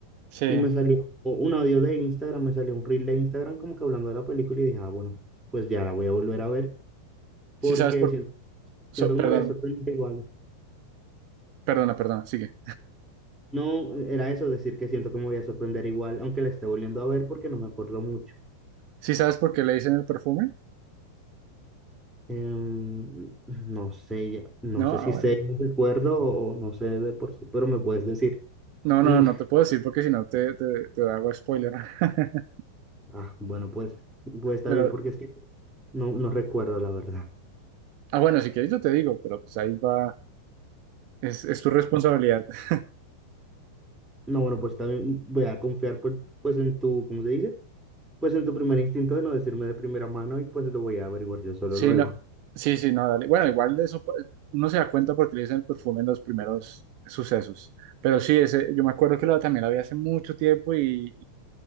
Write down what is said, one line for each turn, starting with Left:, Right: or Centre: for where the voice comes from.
Right: Sí.
Centre: y me salió o un audio de Instagram, me salió un reel de Instagram como que hablando de la película y dije, ah, bueno, pues ya la voy a volver a ver porque
Right: Sí sabes por...
Centre: siento, siento
Right: so-
Centre: que
Right: perdón,
Centre: me voy a sorprender igual.
Right: perdona, perdona, sigue.
Centre: No, era eso, decir que siento que me voy a sorprender igual, aunque la esté volviendo a ver porque no me acuerdo mucho.
Right: ¿Sí sabes por qué le dicen el perfume?
Centre: Em, no sé, ya- no
Right: No,
Centre: sé
Right: ah,
Centre: si
Right: bueno.
Centre: sé, no recuerdo o o no sé de por sí, pero me puedes decir.
Right: No,
Centre: <laughs>
Right: no, no te puedo decir porque si no te, te, te hago spoiler. <laughs>
Centre: Ah, bueno, pues, pues está
Right: Pero,
Centre: bien, porque es que no, no recuerdo la verdad.
Right: ah, bueno, si quieres yo te digo, pero pues ahí va, es, es tu responsabilidad. <laughs>
Centre: No, bueno, pues está bien, voy a confiar pues, pues en tu, ¿cómo se dice? Pues en tu primer instinto de no decirme de primera mano y pues lo voy a averiguar yo solo
Right: Sí,
Centre: luego.
Right: no, sí, sí, no, dale. Bueno, igual de eso pa- uno se da cuenta porque le dicen el perfume en los primeros sucesos. Pero sí, ese, yo me acuerdo que lo, también lo había hace mucho tiempo y,